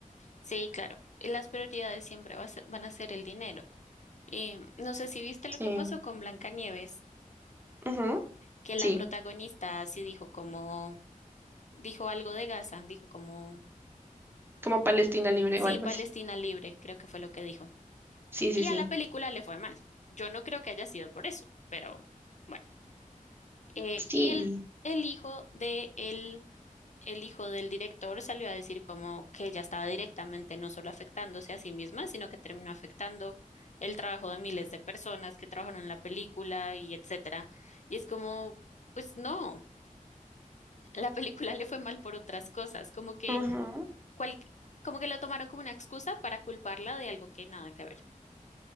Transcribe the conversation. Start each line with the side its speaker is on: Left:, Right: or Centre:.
Left: Sí, claro, las prioridades siempre va a ser- van a ser el dinero. Eh, no sé si viste lo
Right: Sí.
Left: que pasó con Blancanieves,
Right: Ujú,
Left: que
Right: Sí,
Left: la protagonista sí dijo como, dijo algo de Gaza, dijo como,
Right: como Palestina libre
Left: sí,
Right: o algo
Left: Palestina
Right: así.
Left: libre, creo que fue lo que dijo.
Right: Sí,
Left: Y
Right: sí, sí.
Left: a la película le fue mal. Yo no creo que haya sido por eso, pero bueno. Eh,
Right: Sí.
Left: y el, el hijo de él, el hijo del director salió a decir como que ella estaba directamente no solo afectándose a sí misma, sino que terminó afectando el trabajo de miles de personas que trabajaron en la película y etcétera. Y es como, pues no, la película le fue mal por otras cosas, como que
Right: Ujú.
Left: cual, como que lo tomaron como una excusa para culparla de algo que nada que ver.